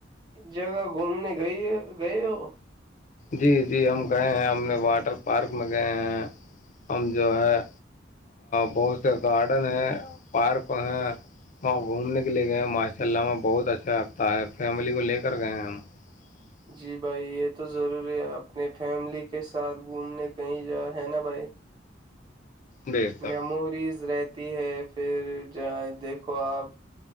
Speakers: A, on the right; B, on the left.
A: جگہ گھومنے گئے گئے ہو
B: جی جی ہم گئے ہیں ہم نے واٹر پارک میں گئے ہیں ہم جو ہے بہت سے گارڈن ہیں پارک ہیں وہاں گھومنے کے لیے گئے ماشاء اللہہ بہت اچھا لگتا ہے فیملی کو لے کر گئے ہم <inaudible>
A: جی بھائی یہ تو ضروری ہے اپنے فیملی کے ساتھ گھومنے کہیں جا ہے نا بھائی
B: بے شک
A: میموریز رہتی ہے پھر جہ دیکھو آپ